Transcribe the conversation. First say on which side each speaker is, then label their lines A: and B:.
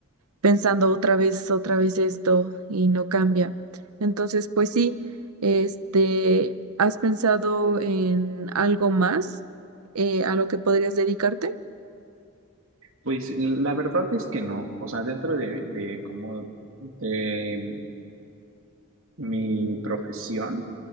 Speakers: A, on the right; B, on the right.
A: pensando otra vez, otra vez esto y no cambia. Entonces, pues sí, este, ¿has pensado en algo más eh, a lo que podrías dedicarte?
B: Pues la verdad es que no, o sea, dentro de, de como de Mi profesión,